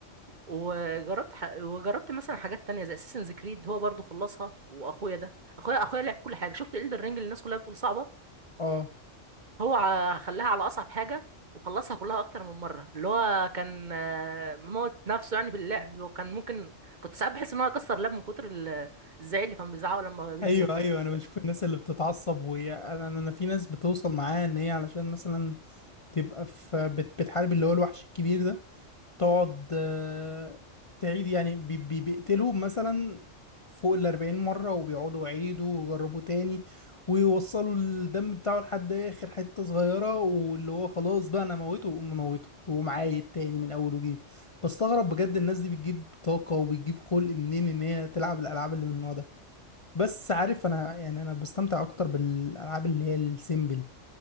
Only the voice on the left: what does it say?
اه
ايوه ايوه انا بشوف الناس اللي بتتعصب وهي انا انا أنا في ناس بتوصل معاها ان هي علشان مثلا تبقى في بت- بتحارب اللي هو الوحش الكبير ده تقعد آه، تعيد يعني بي- بي- بيقتلهم مثلا فوق الأربعين مرة وبيقعدوا يعيدوا ويجربوا تاني ويوصلوا الدم بتاعه لحد آخر حتة صغيرة واللي هو خلاص بقى أنا موته وأقوم موته وأقوم عايد تاني من أول وجديد بستغرب بجد الناس دي بتجيب طاقة وبتجيب خلق منين إن هي تلعب الألعاب اللي من النوع ده بس عارف أنا يعني أنا بستمتع أكتر بالألعاب اللي هي السيمبل